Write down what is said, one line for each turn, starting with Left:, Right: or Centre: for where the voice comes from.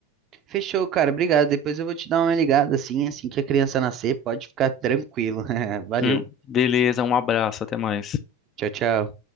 Right: Fechou, cara, obrigado. Depois eu vou te dar uma ligada assim, assim que a criança nascer, pode ficar tranquilo. <laughs> Valeu.
Left: Hum, beleza, um abraço, até mais.
Right: Tchau, tchau.